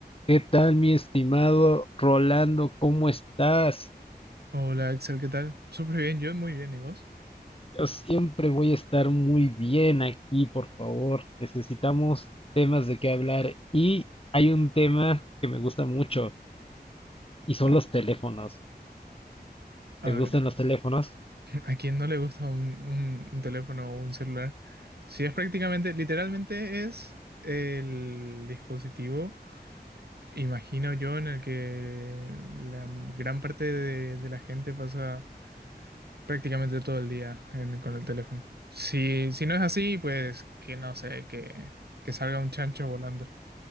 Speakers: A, on the left; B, on the right.
A: ¿Qué tal, mi estimado Rolando? ¿Cómo estás?
B: Hola Axel, ¿qué tal? Súper bien, yo muy bien, ¿y vos?
A: Yo siempre voy a estar muy bien aquí, por favor. Necesitamos temas de qué hablar. Y hay un tema que me gusta mucho y son
B: A,
A: los teléfonos.
B: a
A: ¿Te gustan
B: ver,
A: los teléfonos?
B: <laughs> ¿a quién no le gusta un, un- un teléfono o un celular? Si es prácticamente, literalmente es el dispositivo, imagino yo, en el que la gran parte de, de la gente pasa prácticamente todo el día en- con el teléfono. Si, si no es así, pues que no sé, que, que salga un chancho volando.